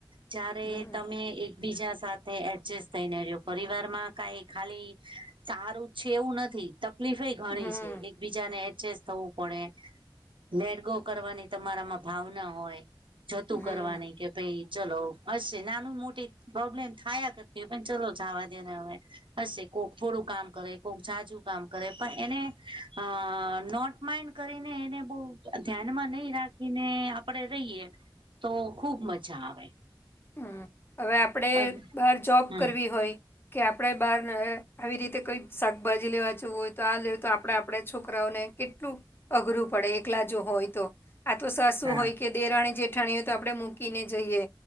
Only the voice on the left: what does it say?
હમ
હમ
હમ
હમ, હવે આપડે,
બાર જોબ
કરવી હોય કે આપડે બાર, આવી રીતે કોઈ શાકભાજી લેવા જવું હોય તો આ લે તો આપડે આપડે છોકરાઓને કેટલું, અઘરું પડે એકલા જો હોય તો. આ તો સાસું
હોય કે દેરાણી જેઠાણી, તો આપણે મૂકીને જઈએ.